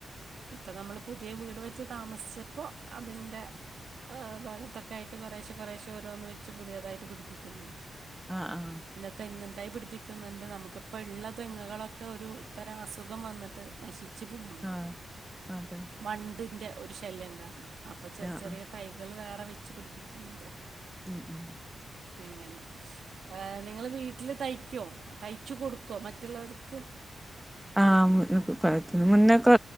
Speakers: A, on the right; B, in the centre.
A: ഇപ്പ നമ്മള് പുതിയ വീട് വെച്ച് താമസിച്ചപ്പോ അതിന്റെ ആഹ് ഭാഗത്തൊക്കായിട്ട് കൊറേശെ കൊറേശെ ഓരോന്ന് വെച്ച് പുതിയതായിട്ട് പിടിപ്പിക്കുന്നുണ്ട്.
B: ആഹ് ഹാ
A: പിന്നെ തെങ്ങുംതൈ പിടി പ്പിക്കുന്നുണ്ട്. നമുക്കിപ്പ ഇള്ള തെങ്ങുകളൊക്കെ ഒരു തരം അസുഖം വന്നിട്ട് നശി ച്ച് പോണുണ്ട്.
B: ആഹ് ആഹ് അതെ
A: വണ്ടിന്റെ ഒരു ശല്യം കാരണം അപ്പോ ചെറി
B: ആഹ്
A: ചെറിയ
B: ആഹ്
A: തൈകള് വേറെ വെച്ച് പിടിപ്പിക്കുന്നുണ്ട്.
B: ഉം ഉം
A: എങ്ങനെ ഏഹ് നിങ്ങള് വീട്ടില് തയ്ക്കോ? തയ്ച്ചു കൊടുക്കോ മറ്റുള്ളവർക്ക്?
B: ആഹ് <unintelligible> മുന്നേക്കെ